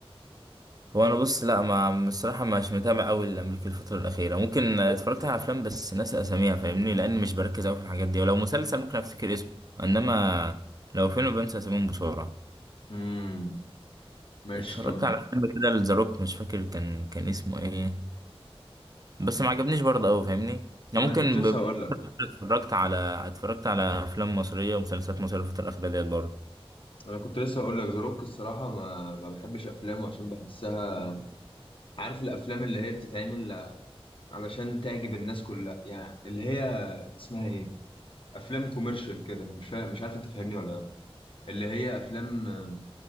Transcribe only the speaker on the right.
هو أنا بص لا ما الصراحة مش متابع أوي الأمريكي الفترة الأخيرة ممكن اتفرجت على أفلام بس ناسي أساميها فاهمني لأن مش بركز أوي في الحاجات دي ولو مسلسل ممكن أفتكر اسمه إنما لو فيلم بنسى أساميهم بسرعة
اتفرجت
على فيلم كده لذا روك مش فاكر كان كان اسمه إيه بس ما عجبنيش برضه أوي فاهمني
يعني
ممكن
اتفرجت على اتفرجت على افلام مصريه ومسلسلات مصريه في الفتره الاخيره ديت برضه